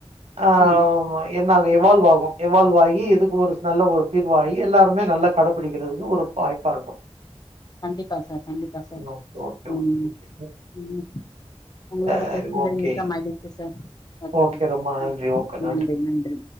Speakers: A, on the right; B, on the left.
A: ஆமா
B: ம்
A: என்னாகு இவால்வாகு இவால்வ் ஆகி இதுக்கு ஒரு நல்ல ஒரு தீர்வாகி எல்லாருமே நல்லா கடைபிடிக்கிறதுக்கு ஒரு வாய்ப்பா இருக்கும்
B: கண்டிப்பா சார் கண்டிப்பா சார்
A: ம், ஓகே
B: ம்
A: ஓகே ஓகே
B: ம் உங்களோட
A: சரி
B: பேசுனதுல
A: ஓகே
B: மிக்க மகிழ்ச்சி சார் வச்சறேன்
A: ஓகே ரொம்ப நன்றி ஓகே
B: நன்றி நன்றி